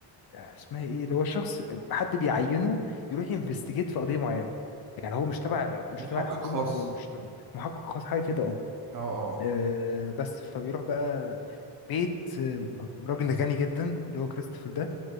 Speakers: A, on the left (about 55°); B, on the right (about 50°).
A: اسمها ايه اللي هو شخص حد بيعينه يروح ينفستيجيت في قضيه معينه يعني هو مش تبع ال- مش
B: محقق
A: تبع الحكومه
B: خاص
A: هو مش تبع- محقق خاص حاجه كده اه
B: اه اه آه.
A: آه، بس فبيروح بقى بيت آه، راجل غني جدا اللي هو كريستوفر ده